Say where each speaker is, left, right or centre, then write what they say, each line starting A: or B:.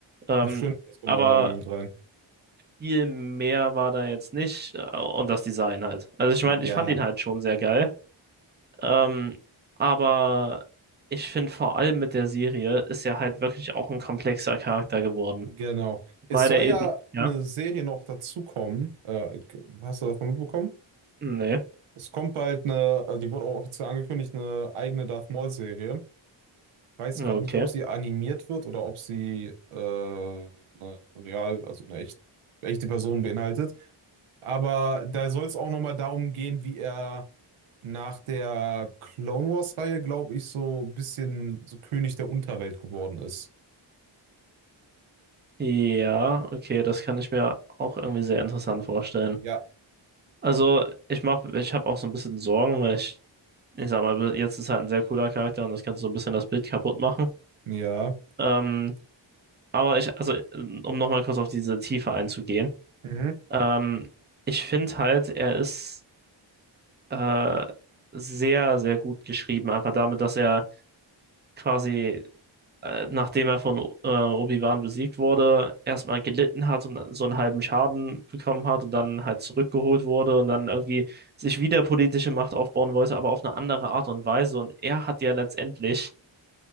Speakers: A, on the right (about 20°); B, on the right (about 85°).
A: Ähm,
B: stimmt, das kommt
A: aber
B: auch noch irgendwie mit rein.
A: viel mehr war da jetzt nicht äh, und das Design halt. Also ich
B: Ja.
A: meine, ich fand ihn halt schon sehr geil. Ähm, aber ich finde vor allem mit der Serie ist er halt wirklich auch ein komplexer Charakter geworden.
B: Genau. Es
A: Weil
B: soll
A: er eben.
B: ja
A: Ja?
B: eine Serie noch dazukommen. Äh, hast du davon mitbekommen?
A: Nee.
B: Es kommt bald eine, also die wurde auch offiziell angekündigt, eine eigene Darth Maul-Serie. Weiß
A: Okay.
B: gerade nicht, ob sie animiert wird oder ob sie äh, eine real, also eine echt, echte Person beinhaltet. Aber da soll es auch nochmal darum gehen, wie er nach der Clone Wars-Reihe, glaube ich, so ein bisschen so König der Unterwelt geworden ist.
A: Ja, okay, das kann ich mir auch irgendwie sehr interessant vorstellen.
B: Ja.
A: Also, ich mach, ich habe auch so ein bisschen Sorgen, weil ich, ich sag mal, jetzt ist halt ein sehr cooler Charakter und das kannst du so ein bisschen das Bild kaputt machen.
B: Ja.
A: Ähm, Aber ich, also, äh, um nochmal kurz auf diese Tiefe einzugehen,
B: Mhm.
A: ähm, ich finde halt, er ist äh, sehr, sehr gut geschrieben, einfach damit, dass er quasi, äh, nachdem er von äh, Obi-Wan besiegt wurde, erstmal gelitten hat und so einen halben Schaden bekommen hat und dann halt zurückgeholt wurde und dann irgendwie sich wieder politische Macht aufbauen wollte, aber auf eine andere Art und Weise. Und er hat ja letztendlich